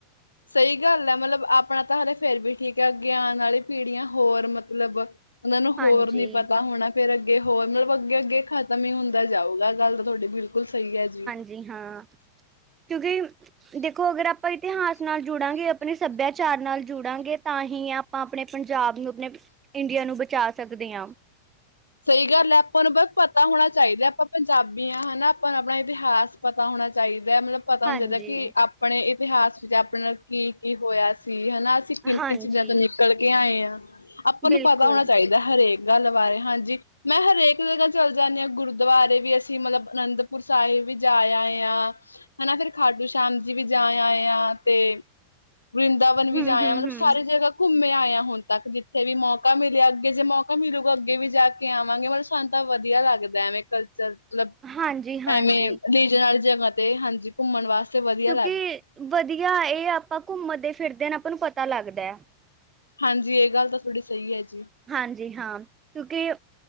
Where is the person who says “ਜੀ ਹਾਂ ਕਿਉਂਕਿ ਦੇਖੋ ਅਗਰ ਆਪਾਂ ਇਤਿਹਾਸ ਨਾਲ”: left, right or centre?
Right